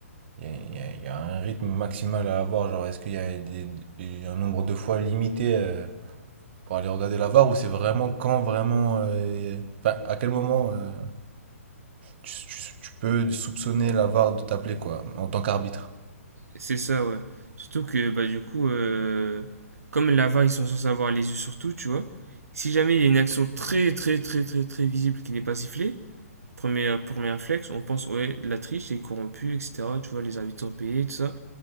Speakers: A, on the right; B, on the right.
A: il y a, il y a- il y a un rythme maximal à avoir, genre est-ce qu'il y a des- il y a un nombre de fois limité euh, pour aller regarder la VAR ou c'est vraiment quand vraiment, euh, enfin à quel moment euh, tu, tu- tu peux soupçonner la VAR de t'appeler quoi, en tant qu'arbitre?
B: c'est ça, ouais. Surtout que, bah, du coup, euh, comme la VAR, ils sont censés avoir les yeux sur tout, tu vois. Si jamais il y a une action très, très, très, très, très visible qui n'est pas sifflée, premier, premier réflexe, on pense, ouais, la triche est corrompue, etc. Tu vois, les arbitres sont payés, tout ça.